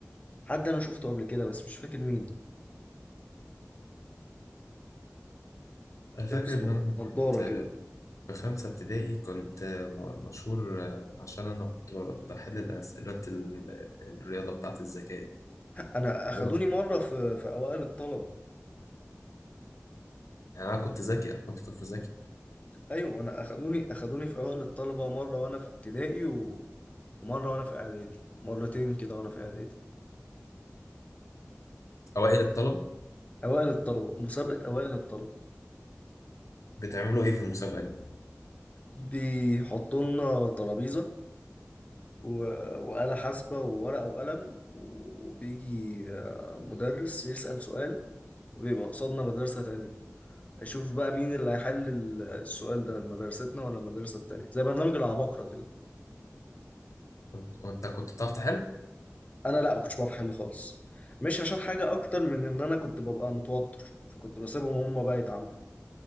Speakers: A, on the left; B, on the left.
A: حد انا شفته قبل كده بس مش فاكر مين
B: انا فاكر
A: تلبس
B: ان انا
A: نضاره
B: كنت
A: كده
B: في خمسة ابتدائي كنت م- مشهور آه، عشان انا كنت بحل اسئلة الرياضة بتاعة الذكاء دي.
A: انا اخدوني
B: اللي هو-
A: مره في في اوائل الطلبه
B: يعني انا كنت ذكي انا كنت طفل ذكي
A: ايوه انا اخدوني اخدوني في اوائل الطلبه مره وانا في ابتدائي و... ومره وانا في اعدادي مرتين كده وانا في اعدادي
B: اوائل الطلبة
A: اوائل الطلبه مسابقه اوائل الطلبه
B: بتعملوا ايه في المسابقة دي
A: بيحطوا لنا ترابيزه و... وآلة حاسبه وورقه وقلم وبيجي آه، مدرس يسأل سؤال وبيبقى قصادنا مدرسه تانية اشوف بقى مين اللي هيحل السؤال ده مدرستنا ولا المدرسه التانية زي برنامج العباقرة كده
B: كنت وانت كنت بتعرف تحل
A: انا لا ما كنتش بعرف احل خالص مش عشان حاجه اكتر من ان انا كنت ببقى متوتر فكنت بسيبهم هم بقى يتعاملوا